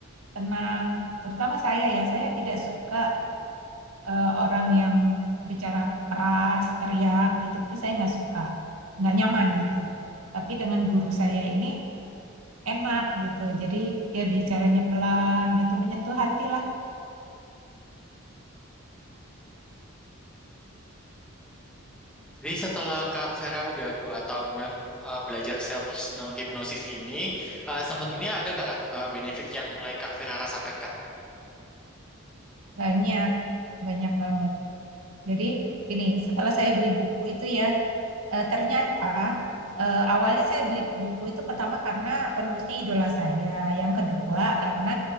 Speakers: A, on the right; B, in the centre.
A: tenang. Terutama saya ya, saya tidak suka eh, orang yang bicara keras, teriak gitu. Saya nggak suka, nggak nyaman gitu. Tapi dengan guru saya ini enak gitu. Jadi dia bicaranya pelan gitu, menyentuh hati lah.
B: Jadi setelah Kak Vera udah dua tahunan uh, belajar self hypnosis ini, uh, sempat ini ada Kak, Kak, uh, benefit yang mulai Kak Vera rasakan Kak?
A: Banyak, banyak banget. Jadi gini, setelah saya beli buku itu ya, eh, ternyata eh, awalnya saya beli buku itu pertama karena penulisnya idola saya. Yang kedua karena